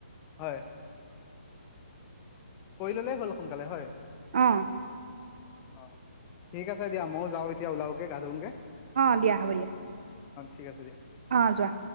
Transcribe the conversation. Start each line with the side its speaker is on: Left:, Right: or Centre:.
Left: হয়। কৰি ললেই হ'ল সোনকালে হয়।
Right: অহ
Left: অ ঠিক আছে দিয়া মইও যাওঁ এতিয়া ওলাওগে গা ধুঙগে।
Right: অ দিয়া হ'ব দিয়া।
Left: ঠিক আছে দিয়া।
Right: অ যোৱা।